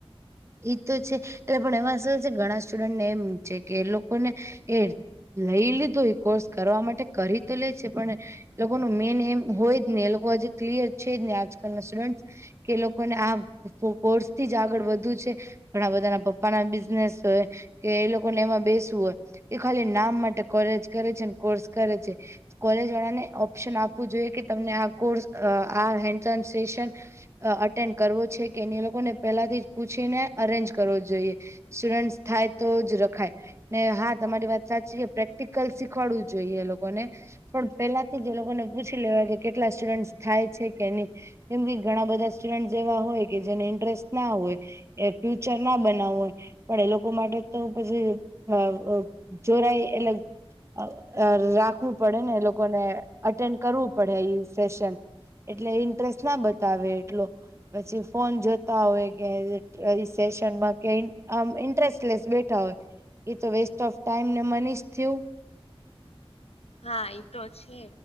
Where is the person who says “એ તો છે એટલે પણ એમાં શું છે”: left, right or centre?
Right